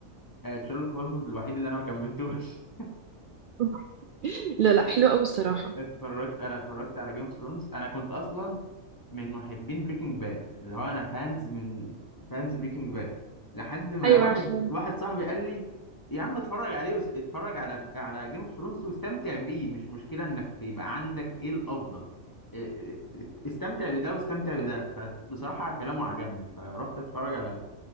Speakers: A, on the left; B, on the right.
A: آه شيرلوك هولمز الوحيد اللي انا ما كملتوش
B: <laughs> لا
A: <laughs>
B: لا حلو قوي الصراحه
A: اتفرجت انا اتفرجت على جيم اوف ثرونز انا كنت اصلا من محبين بريكنج باد اللي هو انا فانز من فانز بريكنج باد لحد ما
B: ايوه
A: واحد
B: عارفه
A: واحد صاحبي قال لي يا عم اتفرج عليه وس... اتفرج على على جيم اوف ثرونز واستمتع بيه مش مشكلة انك تبقى عندك ايه الافضل إيه- إيه- استمتع بده واستمتع بده فبصراحة كلامه عجبني فرحت اتفرج على